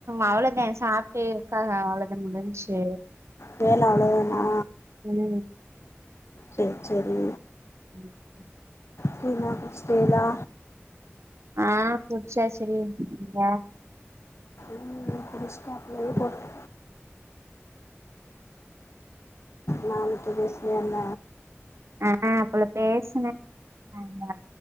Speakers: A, on the right; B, on the left.
A: அவ்வளோதா சாப்ட்டு இருக்காக அவ்ளோதா முடிஞ்ச்சு
B: வேல அவ்ளதானா
A: ம்
B: சேரி சேரி
A: ம்
B: டீ லா குடிச்சிட்டேளா
A: ஆ குடிச்சாசு டி நீங்க
B: ம் குடிச்சுடோ அப்பலயே போட்டு மேம்ட்ட பேசுனியா என்ன
A: ஆ அப்பல பேசுனே ஆமா